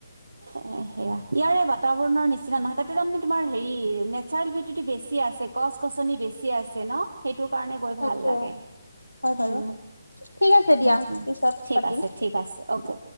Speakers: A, on the right; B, on the left.
A: এ সেয়া ইয়াৰে বাতাবৰণৰ নিচিনা নহয় তাতে তাৰমানে তোমাৰ হেৰি নেচাৰেল বিউটিটো বেছি আছ ছে গছ গছনি বেছি আছে ন সেইটো কাৰণে গৈ
B: তাকে
A: ভাল লাগে
B: হয়
A: উম
B: বাৰু ঠিক আছে দিয়া
A: উম উম।
B: পিছত
A: ঠিক
B: পাতিম।
A: আছে ঠিক আছে অকে।